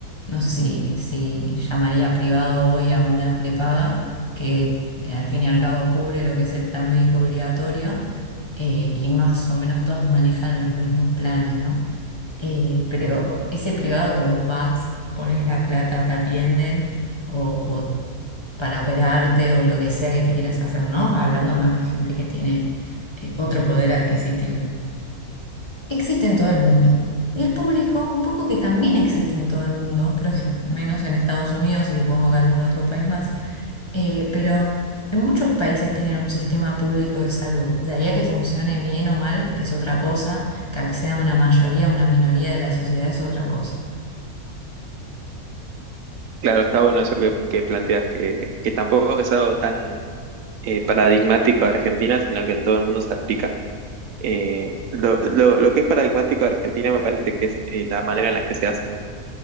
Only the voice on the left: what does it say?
No sé si, si llamaría privado hoy a una prepaga que eh, al fin y al cabo cubre lo que es el plan médico obligatorio eh, y más o menos todas manejan los mismos planes, ¿no? Eh, pero ese privado que vos vas, pones la plata, te atienden o para operarte o lo que sea que te quieras hacer, ¿no? Hablando más de gente que tiene eh, otro poder adquisitivo. Existe en todo el mundo. Y el público, un poco que también existe en todo el mundo, creo que <laughs> menos en Estados Unidos y supongo que algún otro país más, eh, pero en muchos países tienen un sistema público de salud. De ahí a que funcione bien o mal es otra cosa, que acceda a una mayoría, a una minoría de la sociedad es otra cosa.